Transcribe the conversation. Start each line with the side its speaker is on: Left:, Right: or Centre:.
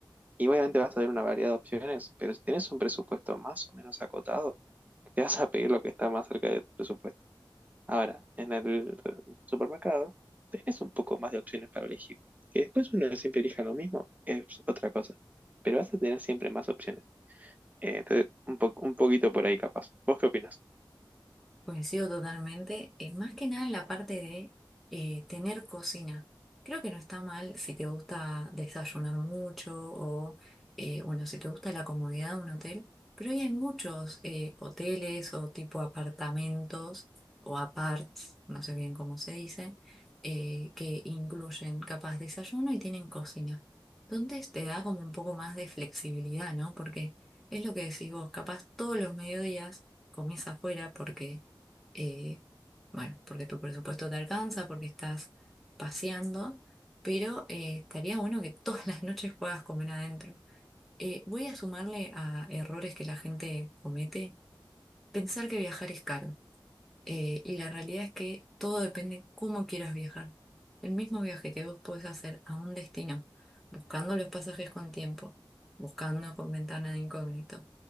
Right: y obviamente vas a ver una variedad de opciones, pero si tenés un presupuesto más o menos acotado, te vas a pedir lo que está más cerca de tu presupuesto. Ahora, en el supermercado tenés un poco más de opciones para elegir. Que después uno siempre elija lo mismo es otra cosa. Pero vas a tener siempre más opciones. Eh, entonces, un po- un poquito por ahí capaz. ¿Vos qué opinas?
Centre: Coincido totalmente, eh, más que nada en la parte de eh, tener cocina. Creo que no está mal si te gusta desayunar mucho o, eh, bueno, si te gusta la comodidad de un hotel, pero hoy hay muchos eh, hoteles o tipo apartamentos o aparts, no sé bien cómo se dice, eh, que incluyen capaz desayuno y tienen cocina. Entonces te da como un poco más de flexibilidad, ¿no? Porque es lo que decís vos, capaz todos los mediodías comés afuera porque eh, bueno, porque tu presupuesto te alcanza, porque estás paseando, pero eh, estaría bueno que <laughs> todas las noches puedas comer adentro. Eh, voy a sumarle a errores que la gente comete, pensar que viajar es caro. Eh, y la realidad es que todo depende cómo quieras viajar. El mismo viaje que vos podés hacer a un destino, buscando los pasajes con tiempo, buscando con ventana de incógnito,